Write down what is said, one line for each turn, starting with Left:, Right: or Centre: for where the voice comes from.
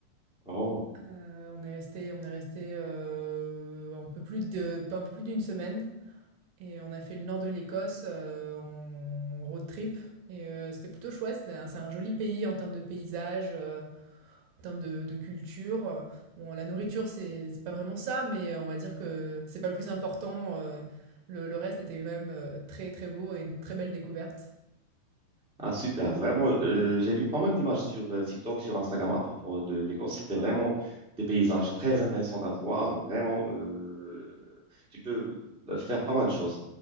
Centre: Oh.
Right: Euh, on est resté, on est resté euh, un peu plus de, un peu plus d'une semaine. Et on a fait le nord de l'Écosse euh, en road trip. Et euh, c'était plutôt chouette. C'était un- C'est un, joli pays en termes de paysage, euh, en termes de, de culture. Bon, la nourriture, c'est c'est pas vraiment ça, mais on va dire que c'est pas le plus important. euh, le, le reste était quand même euh, très très beau et une très belle découverte.
Centre: Ah, super. Vraiment, euh, j'ai vu pas mal d'images sur euh, TikTok, sur Instagram à propos de l'Écosse. C'était vraiment des paysages très intéressants à voir, vraiment. euh, tu peux euh, faire pas mal de choses.